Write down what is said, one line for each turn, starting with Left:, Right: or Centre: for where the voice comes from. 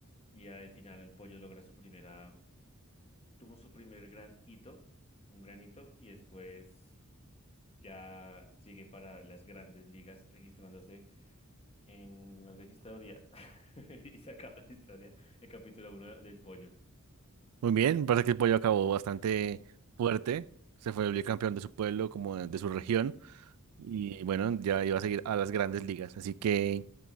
Left: Y al final el pollo logra su primera, tuvo su primer gran hito, un gran hito, y después ya sigue para las grandes ligas registrándose en la vieja historia. <laughs> Y se acaba la historia, el capítulo uno del pollo.
Right: Muy bien, parece que el pollo acabó bastante fuerte, se fue el campeón de su pueblo, como de de su región, y bueno, ya iba a seguir a las grandes ligas. Así que